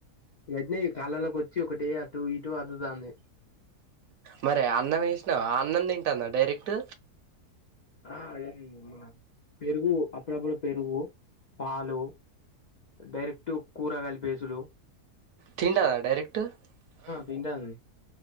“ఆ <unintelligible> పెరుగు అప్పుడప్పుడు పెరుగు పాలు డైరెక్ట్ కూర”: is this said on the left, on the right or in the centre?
Left